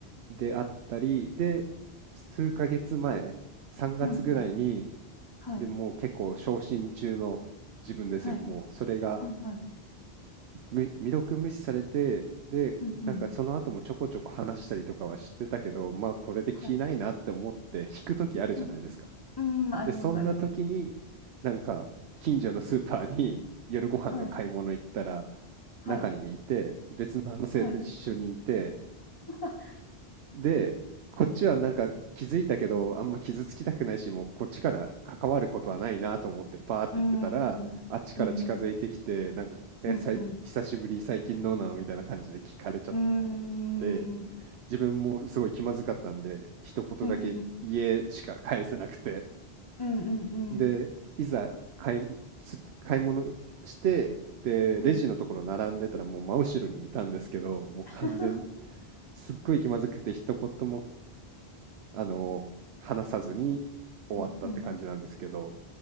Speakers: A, on the right (about 80°); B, on the left (about 25°).
A: であったり、で、数ヶ月前、3月ぐらいに、
B: うんうん。はい。
A: でもう結構昇進中の自分ですよ。
B: はい。
A: もうそれが
B: はいはい。
A: む未読無視されて、で、
B: うんうん。
A: なんかその後もちょこちょこ話したりとかはしてたけど、まあこれで気ないなって思って引く時あるじゃないですか。
B: はい。うん、うん、あります、
A: で、そんな時に、
B: あります。
A: なんか、近所のスーパーに <laughs> 夜ご飯の買い物行ったら、
B: はい。はい。
A: 中にいて、別の男性と一緒にいて、
B: はい。<laughs>
A: で、こっちはなんか気づいたけど、あんま傷つきたくないし、もうこっちから関わることはないなと思ってパーって言ってたら、
B: うん。うん。
A: あっちから近づいてきて、
B: うん。
A: なんか、え、
B: うん。
A: さい久しぶり、
B: うん。
A: 最近どうなのみたいな感じで聞かれちゃっ
B: うん。
A: て、
B: うん。
A: 自分もすごい気まずかったんで、一言だけ、
B: うん。うん。
A: 家しか返せなくて、
B: うんうん
A: で、いざ買いす買い物して、で、
B: はい。
A: レジのところ並んでたらもう真後ろにいたんですけど、もう完全
B: <laughs>
A: すっごい気まずくて一言も、あの、話さずに終わったって感じなんですけど、
B: うん。うん。